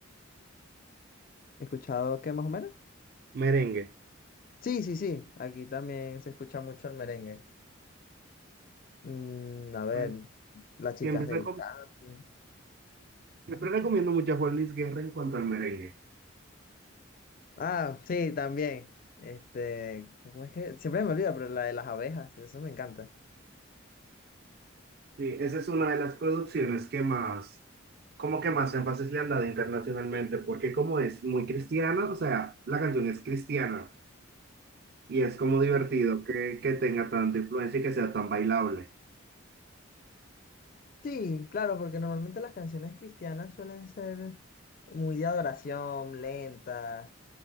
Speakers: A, on the left; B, on the right.
A: ¿He escuchado qué más o menos?
B: merengue,
A: Sí, sí, sí, aquí también se escucha mucho el merengue. Mm, a ver,
B: pues
A: las chicas
B: siempre,
A: del
B: recom-
A: can.
B: siempre recomiendo mucho a Juan Luis Guerra en cuanto al merengue.
A: Ah, sí, también. Este, ¿cómo es que? Siempre me olvida, pero la de las abejas, eso me encanta.
B: Sí, esa es una de las producciones que más, como que más énfasis le han dado internacionalmente, porque como es muy cristiana, o sea, la canción es cristiana y es como
A: Sí,
B: divertido que, que tenga tanta influencia y que sea tan bailable.
A: Sí, claro, porque normalmente las canciones cristianas suelen ser muy de adoración, lentas,